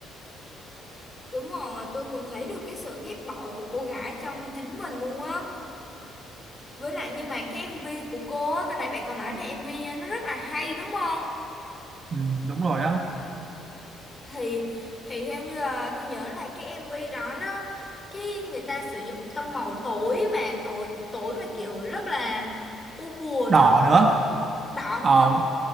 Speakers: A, on the left; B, on the right.
A: đúng rồi tôi cũng thấy được cái sự ghét bỏ của cô gái trong chính mình luôn á với lại nhưng mà cái MV của cô á cái nãy bạn còn nói là MV nó rất là hay đúng không
B: ừ, đúng rồi á
A: thì thì theo như là tôi nhớ là cái MV đó nó cái người ta sử dụng tông màu tối mà tối tối mà kiểu rất là u buồn
B: đỏ
A: rất
B: nữa
A: đỏ
B: ờ
A: nữa hả